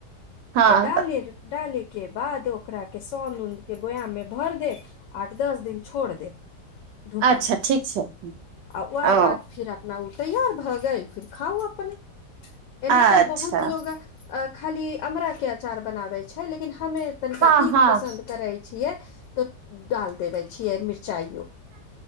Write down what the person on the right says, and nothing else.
हँ
अच्छा
ठीक छै।
ओ
अच्छा
हँ
हँ